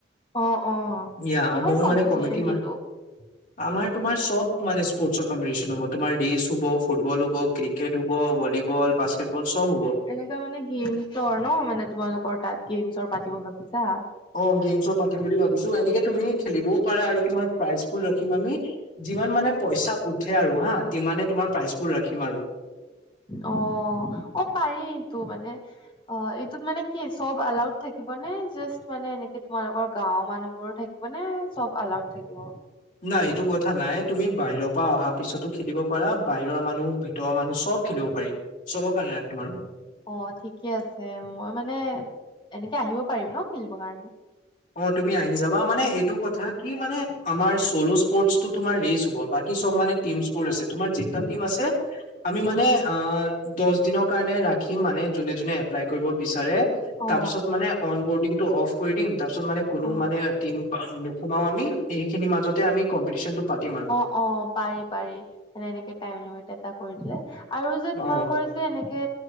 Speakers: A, on the left (about 25°); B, on the left (about 45°).
A: অ', অ',
B: ইয়া
A: কিহৰ
B: ময়ো
A: কম্পিটিচন
B: মানে কমিটি মা
A: কিন্তু?
B: আমাৰ তোমাৰ চব মানে স্পৰ্টছ ৰ কম্পিটিশ্যন হ'ব, তোমাৰ ৰেচ হ'ব ফুটবল হ'ব, ক্ৰিকেট হ'ব, ভলীবল, বাস্কেটবল চব হ'ব।
A: এনেকুৱা মানে গেমছৰ ন' মানে তোমালোকৰ তাত গেমছৰ পাতিব ভাবিছা।
B: অ', গেমছৰ পাতিম বুলি ভাবিছোঁ, এনেকে তুমি খেলিবও পাৰা আৰু তোমাৰ প্ৰাইজবোৰ ৰাখিম আমি। যিমান মানে পইচা উঠে আৰু হা সিমানে তোমাৰ প্ৰাইচবোৰ ৰাখিম আৰু।
A: অ' অ' পাৰি এইটো মানে। অ', এইটোত মানে কি চব এলাউড থাকিব নে, জাষ্ট মানে এনেকে তোমালোকৰ গাঁওৰ মানুহবোৰো থাকিব। মানে চব এলাউড থাকিব।
B: নাই এইটো কথা নাই, তুমি বাহিৰ পা অহা পিছতো খেলিব পৰা বাহিৰৰ মানুহ, ভিতৰৰ মানুহ চব খেলিব পাৰি চবৰ কাৰণে ৰাখে মানুহ।
A: অঁ, ঠিকে আছে মই মানে এনেকে আহিব পাৰিম ন' খেলিবৰ কাৰণে?
B: অঁ, তুমি আহি যাবা মানে এইটো কথা কি মানে আমাৰ চলো স্পৰ্টটো তোমাৰ ৰেচ হ'ব বাকী চব মানে টিমছ বোৰ আছে তোমাৰ যেটা টিম আছে, আমি মানে
A: উম
B: আহ' দচ দিনৰ কাৰণে ৰাখিম মানে যোনে যোনে এপ্লাই কৰিব বিচাৰে।
A: অ
B: তাপিছত মানে অন বৰ্ডিং টো অ'ফ কৰি দিম তাপিছত মানে, কোনো
A: অ
B: মানে টিম বাও নোসোমাওঁ আমি এইখিনি মাজতে আমি কম্পিটিশন টো পাতিম আৰু।
A: অঁ, পাৰি পাৰি মানে এনেকে টাইম লিমিট এটা কৰি দিলে আৰু যে তোমালোকৰ
B: অ
A: যে এনেকে